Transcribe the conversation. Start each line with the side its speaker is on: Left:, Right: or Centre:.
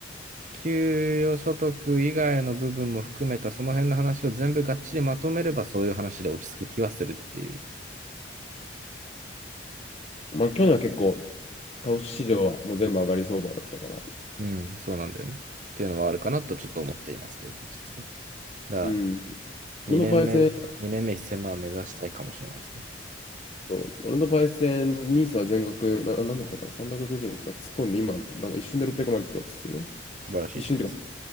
Right: 給与所得以外の部分も含めたその辺の話を全部がっちりまとめればそういう話で落ち着く気はするっていう。
Left: まあ、去年は結構、株式市場はもう全部上がり相場だったから。
Right: うん、そうなんだよね。っていうのはあるかなとちょっと思っていますという感じですね。だから、
Left: うん俺のパイセン、
Right: 2年目、2年目1000万目指したいかもしれないですね。
Left: そう俺のパイセン、ニーサは全額、な、なんだったかな、360度とか突っ込んで、今、なんか一瞬で600までいったっつうての
Right: 素晴らしいじゃないですか。
Left: 一瞬ってか、